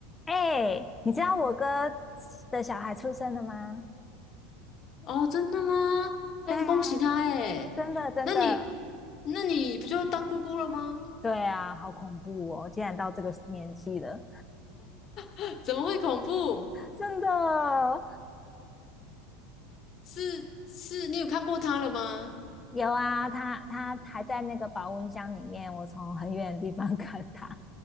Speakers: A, on the left; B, on the left.
A: 哎，你知道我哥的小孩出生了吗？
B: 哦，真的吗？哎，
A: 对啊，
B: 恭喜他哎！
A: 真的，真的。
B: 那你那你不就当姑姑了吗？
A: 对啊，好恐怖哦！竟然到这个年纪了，
B: <laughs> 怎么会恐怖？
A: 真的
B: 是是，你有看过他了吗？
A: 有啊。他他还在那个保温箱里面，我从很远的地方 <laughs> 看他，